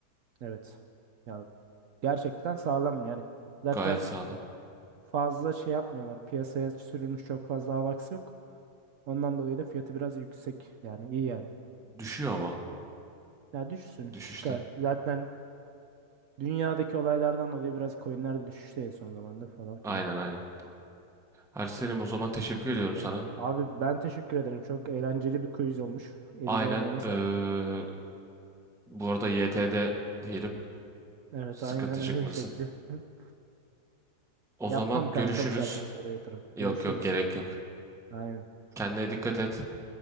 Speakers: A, on the right; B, in the centre.
A: Evet. Ya Gerçekten sağlam yani. Zaten
B: Gayet sağlam.
A: fazla şey yapmıyorlar. Piyasaya sürülmüş çok fazla Avax yok. Ondan dolayı da fiyatı biraz yüksek. Yani iyi yani.
B: Düşüyor ama
A: Ya düşsün
B: düşüşte.
A: çıkar. Zaten dünyadaki olaylardan dolayı biraz coinler de düşüşteydi son zamanda falan filan.
B: Aynen aynen. Ersen'im o zaman teşekkür ediyorum sana.
A: Abi ben teşekkür ederim. Çok eğlenceli bir quiz olmuş. Eline
B: Aynen
A: emeğine sağlık.
B: eee, bu arada YT'de diyelim
A: Evet
B: sıkıntı
A: aynen öyle
B: çıkmasın.
A: şekli. <laughs>
B: O
A: Yapmam
B: zaman
A: kanka
B: görüşürüz.
A: bu saatten sonra yatırım.
B: Yok
A: Görüşürüz.
B: yok gerek yok.
A: Aynen.
B: Kendine dikkat et.